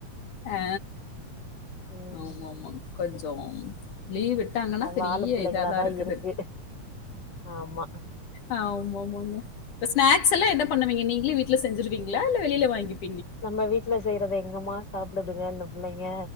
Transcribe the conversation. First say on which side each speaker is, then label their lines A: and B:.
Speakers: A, on the left; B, on the left.
A: ஆ
B: ம்
A: ஆமா ஆமா கொஞ்சம் லீவ் டாங்கனா
B: எல்லா
A: பெரிய
B: வாலு புள்ளைங்களாதா
A: இதாதா இருக்குது
B: இருக்கு ஆமா
A: ஆ ஆமா ஆமாங்க இப்ப ஸ்னாக்ஸ் எல்லா என்ன பண்ணுவீங்க நீங்ளே வீட்ல செஞ்சிருவீங்ளா இல்ல வெளில வாங்கிப்
B: நம்ம வீட்ல செய்றத எங்கமா சாப்டுதுங்க இந்த பிள்ளைங்க